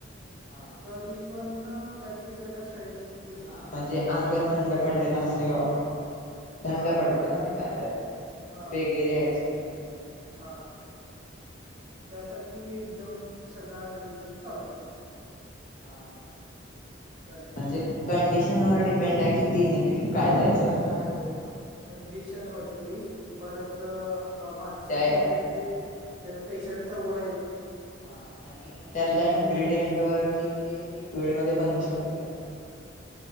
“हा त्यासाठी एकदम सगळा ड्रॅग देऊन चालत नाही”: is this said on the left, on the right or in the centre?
Right